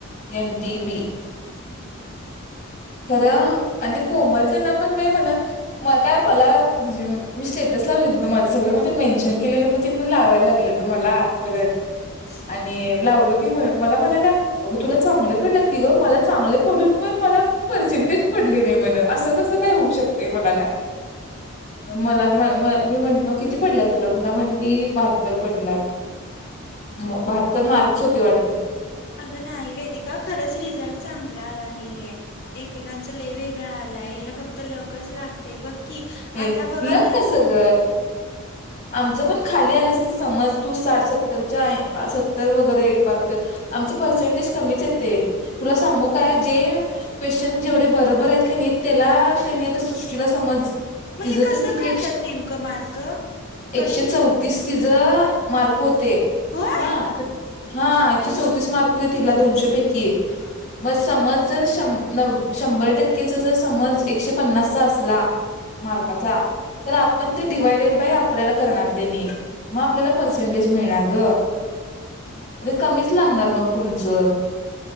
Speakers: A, on the left (about 35°); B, on the left (about 50°).
A: एन टी बी
B: हम्म हम्म हम्
A: खरं आणि ते कोमल त्यांना पण बाई म्हणा म काय मला म्हणजे मी स्टेटस लावलेत ग माझं सगळं मग ते मेन्शन केलेलं मग ते लावायला लागलं ग मला परत
B: हम्म हम्म. हा हा हा
A: आणि लावल की मला म्हणाल्या अग तुला चांगले पडलात की ग, मला चांगले पडून पण मला पर्सेंटेज पडले नाही म्हण असं कसं काय होऊ शकतंय म्हणाल्या मला म म मी म्हण मग किती पडल्यात तुला मला म्हटली बहात्तर पडल्यात म बहात्तर मार्क्स होते वाट
B: अगं नाही वेदिका खरंच रिझल्ट चांगला आला नाहीेये एकेकांचं लय वेगळां आलाय ह्याला फक्त लकच लागतय बघ की
A: ए
B: आता बघ आपल्या
A: लक कस ग आमचं पण खाल लई आले असते समज तू साठ -सत्तरच्या ऐ सत्तर वगैरे एक बहात्तर आमचं पर्सेंटेज कमीच येतंय तुला सांगू काय जे क्वेश्चन जेवढे बरोबर आहेत का नाहीत त्याला त्यानी आता सुशु तुला समज
B: मग
A: तिचं
B: हे कसं
A: तर किती
B: काढत्यात नेमकं मार्क
A: एकशेचौतीस
B: पर्सेंटेज
A: तिच मार्क होते
B: होय.
A: हा आता हा एकशे चौतीस मार्क होते तिला दोनशे पैकी
B: हा
A: मग समज जर श नव् शंभर टक्केचा जर समज एकशे पन्नासचा असला
B: हा
A: मार्काचा
B: हा
A: तर आपण ते डिवायडेड बाई आप आपल्याला करणार त्यांनी मग आपल्याला पर्सेंटेज मिळणार ग
B: होय.
A: अरे कमीच लागणार मग तुमचं